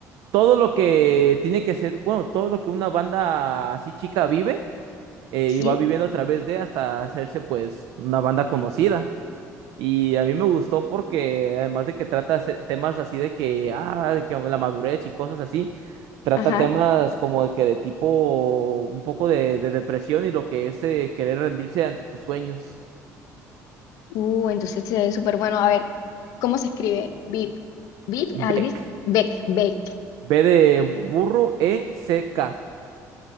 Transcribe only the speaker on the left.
Sí,
ajá.
Uh, entonces se ve súper bueno. A ver, ¿cómo se escribe? Bip, Bip, alguien.
Beck, Beck,